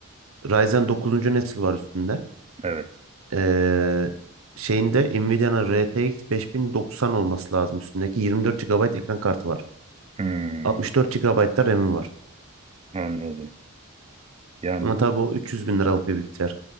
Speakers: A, on the right; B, on the right.
A: Ryzen dokuzuncu nesil var üstünde.
B: Evet.
A: Ee, şeyinde Nvidia'nın RTX 5090 olması lazım üstündeki. 24 gigabayt ekran kartı var.
B: Hmm,
A: 64 GB da RAM'i var.
B: anladım. Yani
A: Ama
B: bu
A: tabii bu 300 bin liralık bir bilgisayar.